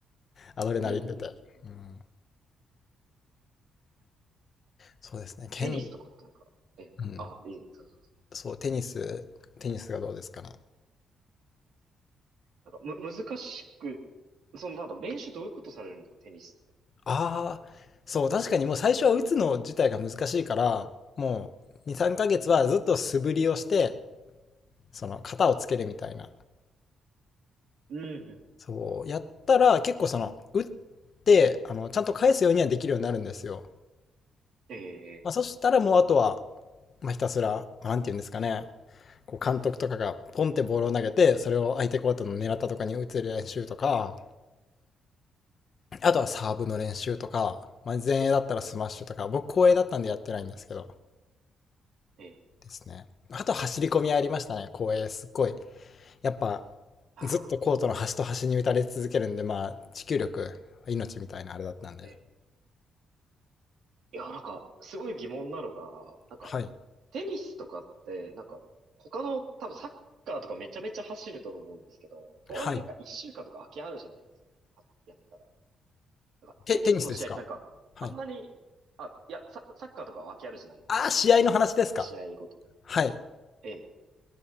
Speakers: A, on the left; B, on the right.
A: アドレナリン出て。
B: うん。うんうんうん
A: うん、そうですね、剣、
B: テニスとかってなんか、え、
A: うん、
B: あ、いい、そそう
A: そう、テニス、テニスがどうですかね。
B: なんかむ、難しく、その、なんだ、練習どういうことされるんだ、テニスって。
A: ああ、そう、確かにもう最初は打つの自体が難しいから、もう2、3ヶ月はずっと素振りをして、その型をつけるみたいな。
B: うん、うん。
A: そう、やったら結構その、打って、あの、ちゃんと返すようにはできるようになるんですよ。
B: ええ、
A: まあ、そしたらもうあとは、まあ、ひたすら、なんて言うんですかね、こう監督とかがポンってボールを投げて、それを相手コートの狙ったとかに打つ練習とか、あとはサーブの練習とか、まあ、前衛だったらスマッシュとか、
B: ええ、
A: 僕後衛だったんでやってないんですけど、
B: ええ。
A: ですね。あと走り込みありましたね、公園。すっごい。やっぱ、
B: はあ
A: ずっとコートの端と端に打たれ続けるんで、まあ、持久力、命みたいなあれだったんで。
B: ええいや、なんか、すごい疑問なのが、なんか、
A: はい。
B: テニスとかって、なんか、他の、多分サッカーとかめちゃめちゃ走ると思うんですけど、とはいえなんか一週間とか空きあるじゃないですか。
A: はい。
B: あやったら。なんか、
A: テ、
B: テニスの試合ってなんか、
A: テニスですかはい。
B: あんなに、あ、いや、サ、サッカーとかは空きあるじゃないですか、
A: ああ、試合の話ですか
B: なんか、試合ごとに。
A: はい。
B: ええ。